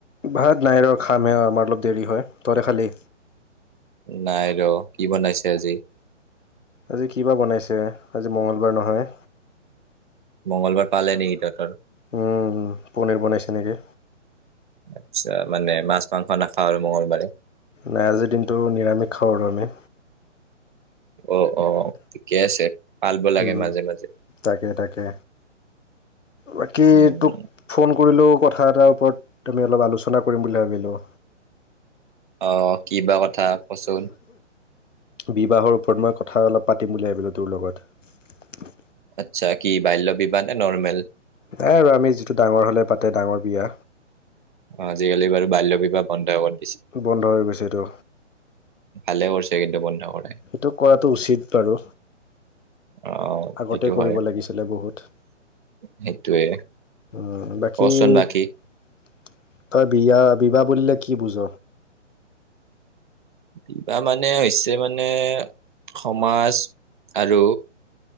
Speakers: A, on the left; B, on the right.
A: ভাত নাই ৰ খামহে আমাৰ অলপ দেৰি হয় তইতে খালি?
B: নাই ৰ কি বনাইছে আজি?
A: আজি কিবা বনাইছে আজি মঙ্গলবাৰ নহয়
B: মঙগলবাৰ পালে নেকি তহত আৰু
A: উম পনীৰ বনাইছে নেকি
B: আচা মানে মাছ মাংস নাখাওঁ আৰু মঙগলবাৰে
A: নাই আজিৰ দিনটো নিৰামিষ খাওঁ আৰু আমি
B: অ অ ঠিকে আছে পাল লাগে
A: উম
B: মাজে মাজে
A: তাকে তাকে বাকী
B: উম
A: তোক ফোন কৰিলো কথা এটাৰ ওপৰত আমি অলপ আলোচনা কৰিম বুলি ভাবিলো
B: আহ ক বাা কথা কচোন
A: বিবাহৰ ওপৰত মই কথা অলপ পাতিম বুলি ভাবিলোঁ তোৰ লগত
B: আচ্ছা কি বাল্য বিবাহ নে নৰ্মেল
A: নাই বু আমি যিটো ডাঙৰ হলে পাতে ডাঙৰ বিয়া
B: অ আজিকালি বাৰু বাল্য বিবাহ বন্ধ হ'ত
A: বন্ধ হৈ গৈছে এইটো
B: ভালে কৰিছে কিন্তু বন্ধ কৰাই
A: সেইটো কৰাটো উচিত বাৰু
B: অ
A: আগতে
B: সেইটো
A: কৰিব
B: হয়
A: লাগিছিলে বহুত
B: সেইটোয়ে
A: উ বাকী
B: কচোন
A: তই
B: বাকী
A: বিয়াত বিবাহ বুলিলে কি বুজ
B: কিবাহ মানে হৈছে মানে সমাজ আৰু